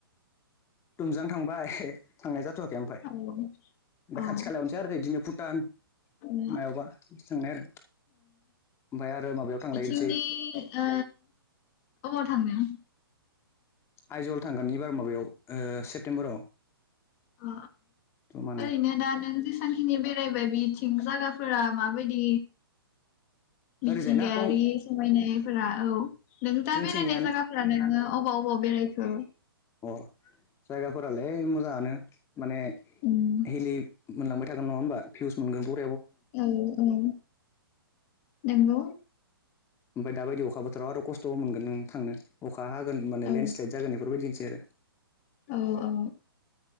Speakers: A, on the left; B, on the left.
A: तुमजां थांबाय <unintelligible> थांनाय जाथ थ'वाखै ओमफाय
B: औ
A: ओमफाय
B: औ
A: खाथि खालायावनोसै आरो इदिनो भुटान
B: ओ
A: मायावबा थांनाय आरो ओमफाय आरो माबायाव थांलायगोन
B: नि ओ अबाव थांनो?
A: आइजल थांगोननि इबार माबायाव सेप्तेम्बराव
B: अ
A: जमानो
B: ओरैनो दा नों जाखिनि बेरायबाय बिथिं जायगाफोरा माबायदि मिथिंगायारि
A: ओरैजायना दं
B: समायनायफोरा औ नों दा
A: जोंथिंनियानो
B: बेरायनाय जागाफोरा नोङो अबाव अबाव बेरायखो?
A: अ जायगाफोरालाय मोजाङानो माने
B: उम
A: हिलि मोनलांबायगोन नङा होमबा पिउस मोनगोन बुहु
B: ओं ओं नोंगौ।
A: ओमफाय दाबायदि अखाबोथोराव आरो खस्थ'बो मोनगोन नों थांनो अखा हागोनान
B: औ
A: लेण्डस्लाइद जागोन एफोरबायदिनो गेर
B: औ औ